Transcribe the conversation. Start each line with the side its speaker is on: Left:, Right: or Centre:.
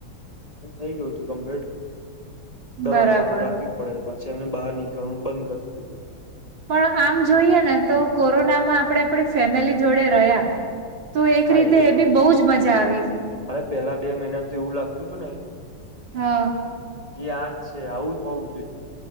Left: થઇ ગયું તું કમ્પ્લીટ દવા
Right: બરાબર
Left: ચાલુ રાખવી પડે પછી પછી એમને બહાર નીકળવાનું બંધ કરી દીધું
Right: પણ આમ જોઈએ ને તો કોરોનામાં આપડે આપડી ફેમિલી જોડે રહ્યા તો એક
Left: હા
Right: રીતે એ
Left: ખરું
Right: બી બહુ જ મજા આવી
Left: અરે પેલા બે મહિના તો એવું લાગતું હતું ને
Right: હા
Left: કે આજ છે આવું જ હોવું જોઈએ